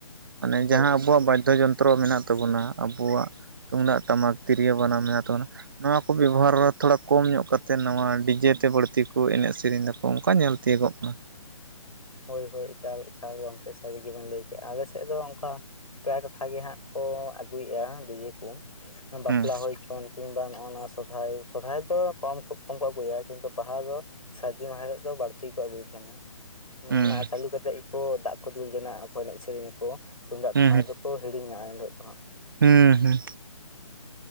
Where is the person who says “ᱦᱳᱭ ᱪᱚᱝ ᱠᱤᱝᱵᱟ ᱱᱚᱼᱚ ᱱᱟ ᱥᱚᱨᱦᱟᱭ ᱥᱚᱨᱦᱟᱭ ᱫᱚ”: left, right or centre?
Left